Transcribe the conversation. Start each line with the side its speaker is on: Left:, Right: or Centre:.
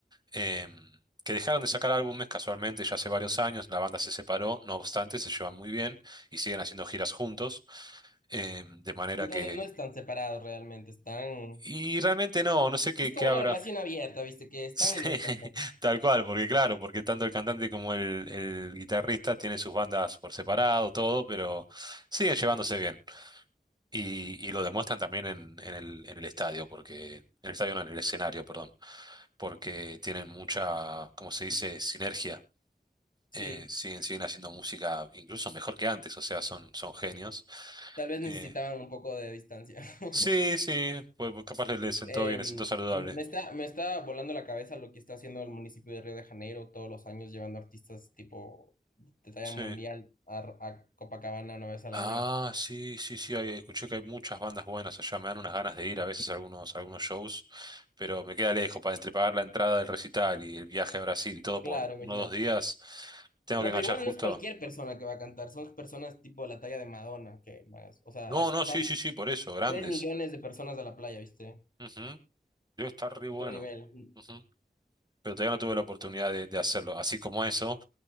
Right: em, que dejaron de sacar álbumes casualmente ya hace varios años, la banda se separó, no obstante, se llevan muy bien y siguen haciendo giras juntos, em, de manera
Left: Entonces
Right: que...
Left: no están separados realmente, están...
Right: Y realmente no, no sé qué,
Left: Es
Right: qué
Left: como
Right: habrá.
Left: una relación abierta, ¿viste? Que están
Right: Sí,
Left: y no están
Right: <laughs>
Left: también.
Right: tal cual, porque claro, porque tanto el cantante como el, el guitarrista tienen sus bandas por separado, todo, pero siguen llevándose bien. Y, y lo demuestran también en, en el, en el estadio, porque, en el estadio no, en el escenario, perdón, porque tienen mucha, ¿cómo se dice?, sinergia.
Left: Sí,
Right: Eh, siguen, siguen haciendo música incluso mejor que antes, o sea, son, son genios.
Left: tal vez necesitaban
Right: Eh,
Left: un poco de distancia. <laughs>
Right: sí, sí, pues capaz les, les sentó
Left: Em,
Right: bien, les sentó saludable.
Left: me está, me está volando la cabeza lo que está haciendo el municipio de Río de Janeiro todos los años, llevando artistas tipo de talla
Right: Sí.
Left: mundial a, R- a Copacabana una vez al
Right: Ah,
Left: año.
Right: sí, sí, sí, ahí escuché que hay muchas bandas buenas allá, me dan unas ganas de ir a veces a algunos, a algunos shows, pero me queda lejos, para entre pagar la entrada del recital y el viaje a Brasil y todo
Left: Claro,
Right: por
Left: imagínate.
Right: uno o dos días, tengo
Left: No,
Right: que enganchar
Left: pero igual
Right: justo.
Left: no es cualquier persona que va a cantar, son personas tipo de la talla de Madonna, que, van o sea,
Right: No,
Left: es-
Right: no,
Left: van
Right: sí, sí, sí, por eso, grandes.
Left: 3 millones de personas a la playa, ¿viste?
Right: Ujú, Debe estar re bueno.
Left: Otro nivel.
Right: Ujú, Pero todavía no tuve la oportunidad de, de hacerlo. Así como eso,